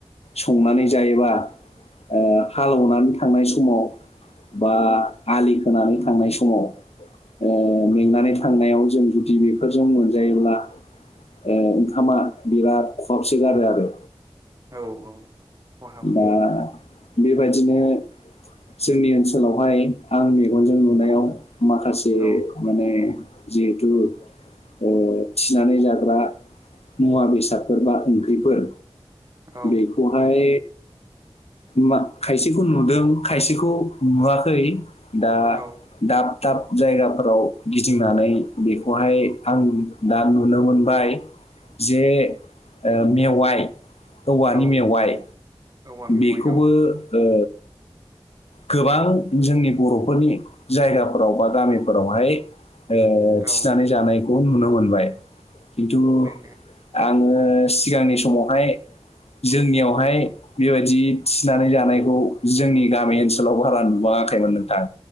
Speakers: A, on the left; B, on the right.
A: संनानै जायोबा ओ हाल अनानै थांनाय समाव बा आलि होनानै थांनाय समाव ओ मेंनानै थांनायाव जों जुदि बेफोरजों मोनजायोब्ला ओ ओंखामा बिराद खहाबसो गारो आरो
B: औ औ खहाबो
A: दा बेबायदिनो जोंनि ओनसोलावहाय आं मेगनजों नुनायाव माखासे
B: औ
A: माने जिहेथु ओ थिनानै जाग्रा मुवा बेसादफोर बा ओंख्रिफोर
B: औ
A: बेखौहाय मा खायसेखौ नुदों खायसेखौ नुवाखै दा
B: औ
A: दाब दाब जायगाफोराव गिदिंनानै बेखौहाय आं दा नुनो मोनबाय जे ओ मेवाय औवानि
B: औ
A: मेवाइ
B: औवा मेवाइ
A: बेखौबो
B: औ
A: ओ गोबां जोंनि बर'फोरनि जायगाफोराव बा गामिफोरावहाय ओ
B: औ
A: थिनानै जानायखौ नुनो मोनबाय खिन्थु
B: मोनो
A: आङो सिगांनि समावहाय जोंनियावहाय बे बायदि थिनानै जानायखौ जोंनि गामि ओनसो लावबो बारा नुबाङाखैमोन नोंथां